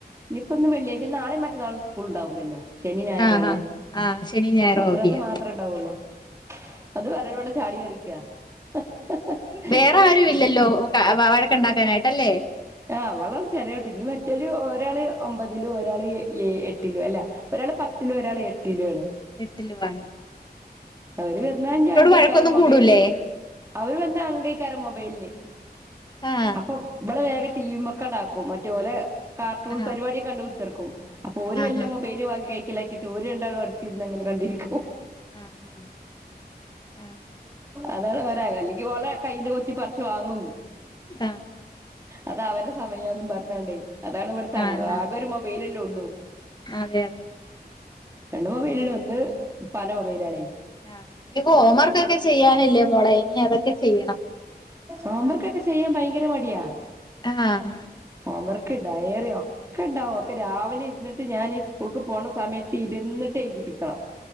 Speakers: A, on the right; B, on the left.
A: നിപ്പം ന്ന് വെള്ളിയാഴ്ചെ നാളെം മറ്റന്നാളും സ്... സ്കൂൾ ണ്ടാവൂലല്ലൊ. ശനിം ഞായറും
B: ആഹ്
A: അല്ലെ.
B: ആഹ് ആഹ് ശനി ഞായറും
A: മദ്രസ്
B: അവധിയാ
A: മാത്രെ ണ്ടാവൊള്ളു. അത് പർഞ്ഞപ്പം ഇവടെ ചാടി ക്കളിക്കാ. <unintelligible>
B: വേറെ ആരുവില്ലല്ലൊ ക വ വഴക്ക്‌ ണ്ടാക്കാനായിട്ട് അല്ലേ.
A: ആഹ് അവളാണ് ചെറിയ കുട്ടി. ഇഞ്ഞി മറ്റോല് ഒരാള് ഒമ്പതിലു ഒരാള് എ ഏയ്‌ എട്ടിലും അല്ല ഒരാള് പത്തിലും ഒരാള് എട്ടിലും ആണ്.
B: എട്ടിലുമാണ്.
A: അവര് വന്നാ ഇഞ്ഞി അംങ്കേക്കാരം
B: വഴക്കൊന്നും
A: മൊബൈൽന്.
B: കൂടൂലേ
A: അവര് വന്നാ അംങ്കേക്കാരം മൊബൈൽ ന്.
B: ആഹ്
A: അപ്പൊ വളെ വേഗം ടി വി മെക്കണ്ടാക്കും. മറ്റൊ ഓലെ കാർട്ടൂൺ
B: ആഹ്
A: പരിപാടിയ ക്കണ്ട് കുത്തർക്കും. അപ്പൊ ഓര്
B: ആഹ്
A: വെല്ല മൊബൈല് വാങ്ങി കൈക്കലാക്കിട്ട് ഓര് രണ്ടാളും അട്ത്തിര്ന്നങ്ങനെ കണ്ടിരിക്കും.
B: ആഹ്. ആഹ്
A: അതവള് വരാ. അല്ലെങ്കി ഓളെ കയ്യില്‌ കൊത്തിപർച്ച് വാങ്ങും.
B: ആഹ്
A: അത് അവരെ സമയാന്നും പർഞ്ഞാണ്ടെ. അതാണ് ഇവട്ത്തെ
B: ആഹ്
A: അങ്കം.
B: ആഹ്
A: ആകെ ഒര് ബൈലല്ലെ ഒള്ളു.
B: അതെ അതെ
A: രണ്ട് മൊബൈല്ണ്ട്. ഒന്ന് ഇപ്പാൻ്റെ മൊബൈലാണെ.
B: ആഹ്. ഞ് പ്പൊ ഹോം വർക്കൊക്കെ ചെയ്യാനില്ലെ മോളെ ഇനി അതൊക്കെ ചെയ്യണം.
A: ഹോംവർക്കൊക്കെ ചെയ്യാൻ ഭയങ്കര മടിയാ.
B: ആഹ്
A: ഹോംവർക്ക്, ഡൈറി ഒ ക്കെണ്ടാവും. ഒക്കെ രാവിലെ ഇര്ന്ന്ട്ട് ഞാന് ഈ സ്കൂൾക്ക് പോണ സമയത്ത് ഇര്ന്ന്ട്ട് എഴ്തിപ്പിക്കണം.